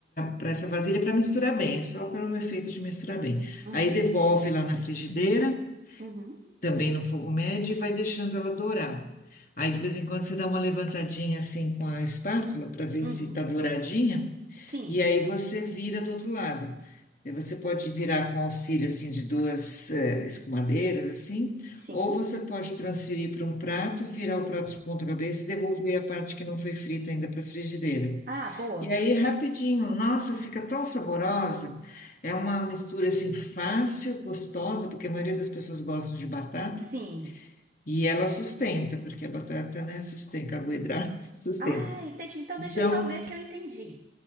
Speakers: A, on the left (about 45°); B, on the right (about 45°).
A: para essa vasilha para misturar bem, é só pelo efeito de misturar bem.
B: uhum,
A: Aí devolve lá na frigideira,
B: uhum,
A: também no fogo médio, e vai deixando ela dourar. Aí de vez em quando você dá uma levantadinha assim com a espátula para ver
B: uhum.
A: se está douradinha.
B: Sim,
A: E aí você vira do outro lado. E Você pode virar com auxílio assim de duas eh, escumadeiras assim,
B: sim.
A: ou você pode transferir para um prato, virar o prato de ponta cabeça e devolver a parte que não foi frita ainda para a frigideira.
B: Ah, boa.
A: E aí rapidinho, nossa, fica tão saborosa. É uma mistura assim fácil, gostosa, porque a maioria das pessoas gostam de batata.
B: Sim.
A: E ela sustenta, porque a batata, né, sustenta, carboidrato <laughs> sustenta.
B: Ai, deixa, então
A: Então,
B: deixa eu só ver se eu entendi.